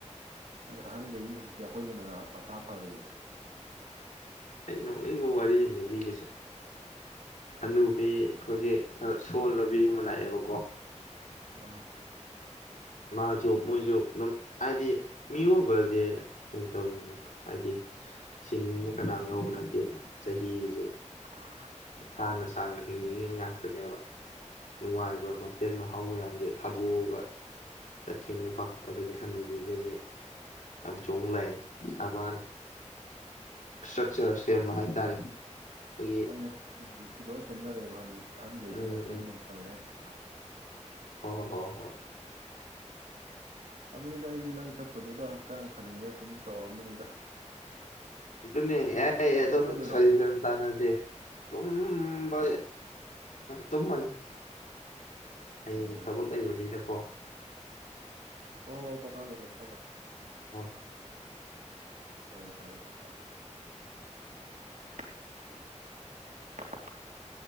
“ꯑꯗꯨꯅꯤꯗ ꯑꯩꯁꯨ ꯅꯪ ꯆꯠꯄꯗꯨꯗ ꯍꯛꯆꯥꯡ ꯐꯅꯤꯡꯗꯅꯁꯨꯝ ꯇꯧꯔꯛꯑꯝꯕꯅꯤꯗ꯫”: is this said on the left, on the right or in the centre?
Right